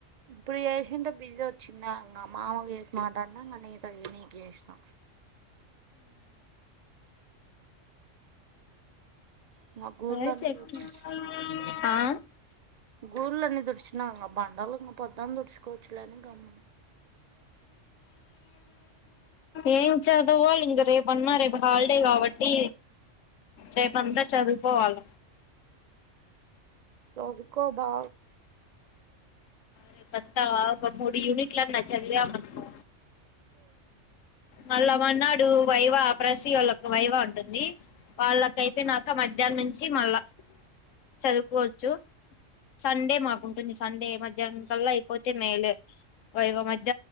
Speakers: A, on the right; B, on the left.
A: ఇప్పుడు చేసింటే బిజీ వచ్చిందా ఇంక మావకు జెసి మాట్లాడినాంక నీతో నీకు చేసినా
B: <inaudible>
A: ఇంగ గూళ్ళన్నీ తుడిచి గూళ్ళన్నీ దుడిచిన ఇంగ బండలు ఇంకా పొదని దుడుచుకోవచ్చులేఅని గము
B: ఏం చదవో ఇం రేపు అన్నా రేపు హాలిడే కాబట్టి రేపంతా చదు పోవాల
A: చదుకో బా
B: రేపతావా ఓక మూడు యూనిట్లా చదివమనుకో మళ్ళామన్నాడు వైవ ప్రసి వాళ్ళకు వైవ ఉంటుంది వాళ్ళక అయిపోయినాక మధ్యాహ్నం నుంచి మళ్ళా చదువుకోవచ్చు సండే మాకుంటుంది సండే మధ్యాహ్నం కల్లా అయిపోతే మేలే వైవ మ